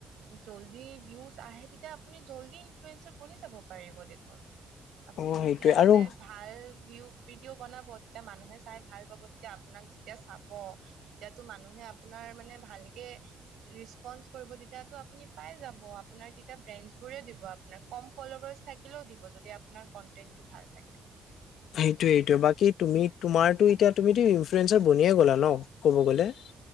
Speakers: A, on the right; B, on the left.
A: জল্দি ভিউছ আহে তেতিয়া আপুনি জল্দি ইনফ্লুৱেঞ্চ বনি যাব পাৰিব দেখোন আপুনি
B: অ সেইটোয়ে
A: এতিয়া
B: আৰু
A: মানে ভাল ভিউ ভিডিঅ' বনাব তেতিয়া মানুহে চাই ভাল পাব। এতিয়া আপোনাক যেতিয়া চাব তেতিয়াতো মানুহে আপোনাৰ মানে ভালকে ৰেঞ্চপন কৰিব তেতিয়াটো আপুনি পাই যাব। আপোনাৰ তেতিয়া ব্ৰেঞ্চবোৰে দিব আপোনাক কম থাকিলে দিব যদি কণ্টেন টো ভাল থাকে
B: সেইটোয়ে সেইটো বাকি তুমি তোমাৰোটো এতিয়া তুমিতো ইনফ্লুৱেঞ্চাৰ বনিয়ে গলা ন ক'ব গ'লে